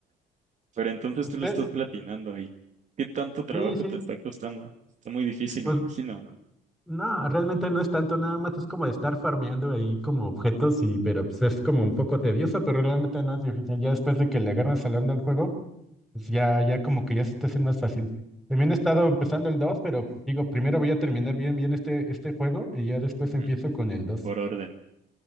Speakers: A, on the right; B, in the centre.
A: Pero entonces tú lo
B: Eh,
A: estás platinando y ¿qué tanto trabajo
B: Sí, sí.
A: te está costando? Está muy difícil,
B: Pues
A: me imagino, ¿no?
B: No, realmente no es tanto, nada más es como de estar farmeando ahí como objetos y, pero pues es como un poco tedioso, pero realmente no es difícil. Ya después de que le agarras al onda al juego, pues ya, ya como que ya se te hace más fácil. También he estado empezando el 2, pero digo, primero voy a terminar bien, bien este, este juego y ya después
A: Ujú.
B: empiezo con el 2.
A: Por orden.